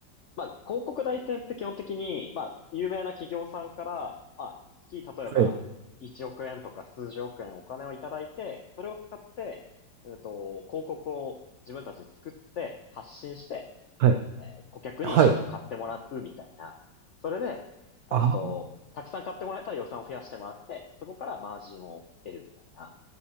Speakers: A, on the left; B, on the right.
A: まあ、広告代理店って基本的に、まあ、有名な企業さんから、まあ、月、例えば、
B: い。
A: 1億円とか数十億円お金をいただいて、それを使って、うんと、広告を自分たちで作って発信して、
B: はい
A: えー顧客に商品を買ってもらうみたいな。
B: はい。
A: それで、うんと、
B: あ、
A: たくさん買ってもらえたら予算を増やしてもらって、そこからマージンを得るみたいな